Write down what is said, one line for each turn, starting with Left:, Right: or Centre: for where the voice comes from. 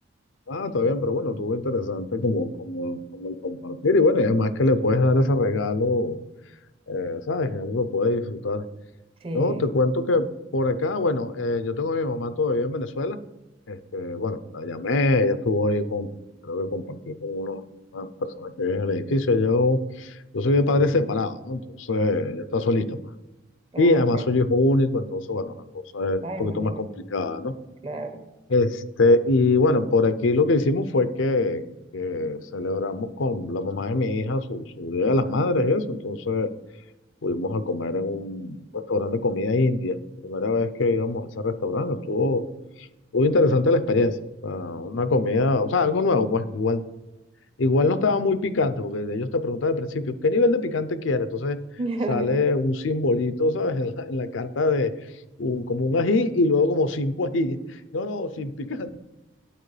Left: ah,
Right: Sí,
Left: está bien, pero bueno, estuvo interesante como, como, como el compartir. Y bueno, y además que le puedes dar ese regalo, eh, ¿sabes? que algo que puedes disfrutar.
Right: Sí,
Left: No, te cuento que por acá, bueno, eh, yo tengo a mi mamá todavía en Venezuela. Este, bueno, la llamé, ella estuvo ahí con, creo que compartí con unos, unas personas que viven en el edificio. Yo, yo soy de padres separados, ¿no? Entonces, ella está solita, pues.
Right: ah,
Left: Y además
Right: ok.
Left: soy hijo único, entonces, bueno, la cosa es
Right: Ah,
Left: un
Right: imagínate,
Left: poquito más complicada, ¿no?
Right: claro.
Left: Este, y bueno, por aquí lo que hicimos fue que, que celebramos con la mamá de mi hija su, su Día de las Madres y eso. Entonces, Fuimos a comer en un restaurante de comida india. Primera vez que íbamos a ese restaurante, estuvo, muy interesante la experiencia. O sea, una comida, o sea, algo nuevo, pues igual, igual no estaba muy picante, porque de ellos te preguntan al principio, ¿qué nivel de picante quieres? Entonces
Right: <laughs>
Left: sale un simbolito, ¿sabes? <laughs> En la, en la carta de un- como un ají y luego como cinco ají. <laughs> No, no, sin picante.